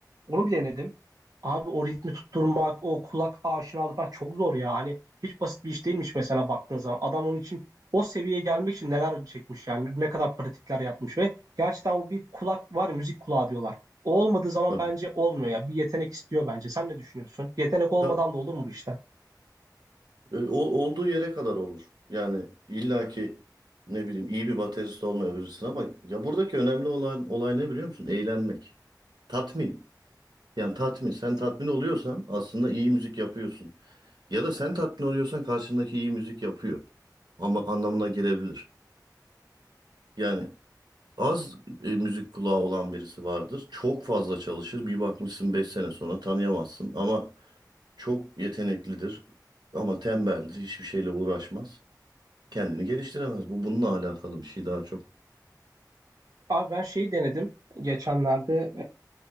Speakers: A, on the right; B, on the right.
A: onu bile denedim. Abi o ritmi tutturmak, o kulak aşinalığı falan çok zor ya. Hani hiç basit bir iş değilmiş mesela baktığın zaman. Adam onun için o seviyeye gelmek için neler çekmiş yani. Ne kadar pratikler yapmış ve gerçekten o bir kulak var, ya, müzik kulağı diyorlar. O olmadığı zaman
B: Tabii.
A: bence olmuyor ya. Bir yetenek istiyor bence. Sen ne düşünüyorsun? Yetenek olmadan
B: Ta-
A: da olur mu bu işler?
B: e, o, olduğu yere kadar olur. Yani illaki ne bileyim iyi bir baterist olmayabilirsin ama ya buradaki önemli olan olay ne biliyor musun? Eğlenmek. Tatmin. Yani tatmin. Sen tatmin oluyorsan aslında iyi müzik yapıyorsun. Ya da sen tatmin oluyorsan karşındaki iyi müzik yapıyor. Ama anlamına gelebilir. Yani az e, müzik kulağı olan birisi vardır. Çok fazla çalışır. Bir bakmışsın 5 sene sonra tanıyamazsın. Ama çok yeteneklidir. Ama tembeldir. Hiçbir şeyle uğraşmaz. Kendini geliştiremez. Bu bununla alakalı bir şey daha çok.
A: Abi ben şeyi denedim geçenlerde.